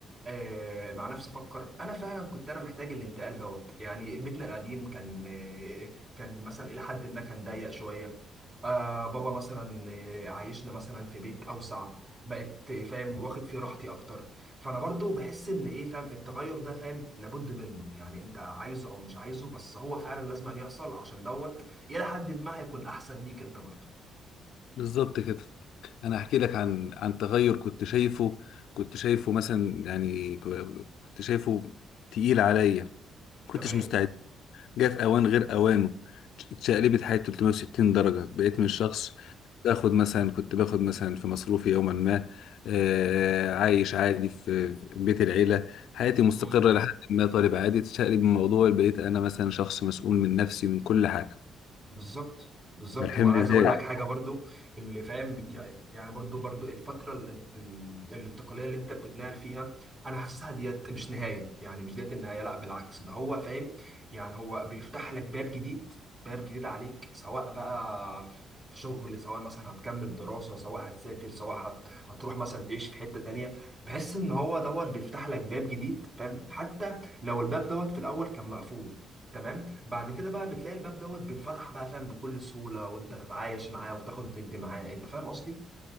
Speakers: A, on the right (about 30°); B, on the left (about 80°).
A: آه، مع نفسي افكر انا فعلا كنت انا محتاج الانتقال دوت يعني بيتنا القديم كان آه، كان مثلا الى حد ما كان ضيق شويه آه بابا مثلا آه، عايشنا مثلا في بيت اوسع بقت آه، فاهم واخد فيه راحتي اكتر فانا برضو بحس ان ايه فاهم التغير ده فاهم لابد منه يعني انت عايزه او مش عايزه بس هو فعلا لازم أن يحصل عشان دوت الى حد ما هيكون احسن ليك انت برضو
B: بالظبط كده انا هحكي لك عن عن تغير كنت شايفه كنت شايفه مثلا يعني ك- كنت شايفه تقيل عليا كنتش
A: تمام
B: مستعد جه في اوان غير اوانه اتشقلبت حياتي 360 درجه بقيت من شخص باخد مثلا كنت باخد مثلا في مصروفي يوما ما آه عايش عادي في في بيت العيله حياتي مستقره
A: امم
B: لحد ما طالب عادي تشقلب الموضوع بقيت انا مثلا شخص مسؤول من نفسي من كل حاجه
A: بالظبط بالظبط
B: فالحمل
A: وانا عايز اقول
B: زاد
A: لك حاجه برضو اللي فاهم يعني يعني برضو برضو الفتره ال- ال- الانتقاليه اللي انت بتتنقل فيها انا حاسسها ديت مش نهايه يعني مش ديت النهايه لا بالعكس ده هو فاهم يعني هو بيفتح لك باب جديد باب جديد عليك سواء بقى في شغل سواء مثلا هتكمل دراسه سواء هتسافر سواء هت... هتروح مثلا تعيش في حته تانيه بحس ان هو دوت بيفتح لك باب جديد فاهم حتى لو الباب دوت في الاول كان مقفول تمام بعد كده بقى بتلاقي الباب دوت بيتفتح بقى فاهم بكل سهولة وانت تتعايش معاه وتاخد وتدي معاه انت فاهم قصدي؟